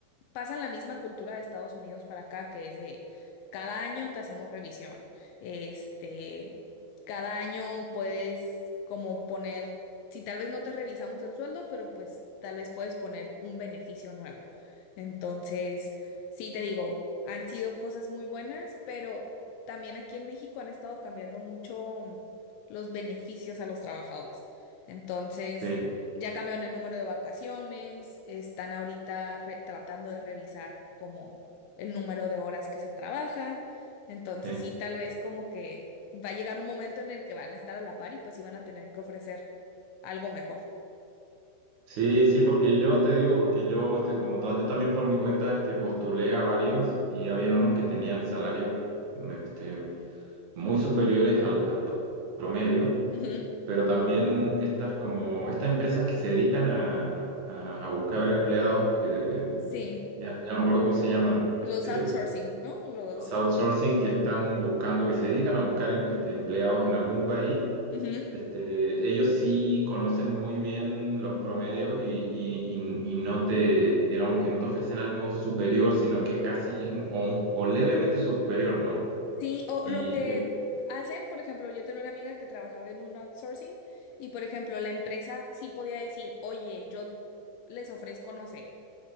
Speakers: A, on the left; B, on the right.
A: pasan la misma cultura de Estados Unidos para acá, que es de cada año te hacemos revisión. Este, cada año puedes como poner, si tal vez no te revisamos el sueldo, pero pues tal vez puedes poner un beneficio nuevo. Entonces, sí te digo, han sido cosas muy buenas, pero también aquí en México han estado cambiando mucho mm, los beneficios a los trabajadores. Entonces,
B: sí,
A: ya cambiaron el número de vacaciones, están ahorita re- tratando de revisar como el número de horas que se trabaja. Entonces
B: sí.
A: sí, tal vez como que va a llegar un momento en el que van a estar a la par y pues sí van a tener que ofrecer algo mejor.
B: Sí, sí, porque yo te digo, porque yo, este, como tal, yo también por mi cuenta, este, postulé a varios y había unos que tenían salarios, mm, este, muy superiores al, al promedio,
A: Ujú,
B: pero también estas como, estas empresas que se dedican a, a, a buscar empleados que,
A: Sí,
B: ya, ya no me acuerdo cómo se llaman,
A: los
B: este,
A: outsourcing, ¿no? Los...
B: los outsourcing
A: ah, eh.
B: que están buscando, que se dedican a buscar, este, empleados en algún país
A: Ujú.
B: Este, ellos sí conocen muy bien los promedios y, y- y- y no te, digamos que no te ofrecen algo superior, sino que casi un- o, un- o levemente superior, ¿no?
A: Sí, o
B: Y,
A: lo que
B: y-
A: hacen, por ejemplo, yo tengo una amiga que trabajaba en un outsourcing y, por ejemplo, la empresa sí podía decir, oye, yo les ofrezco, no sé.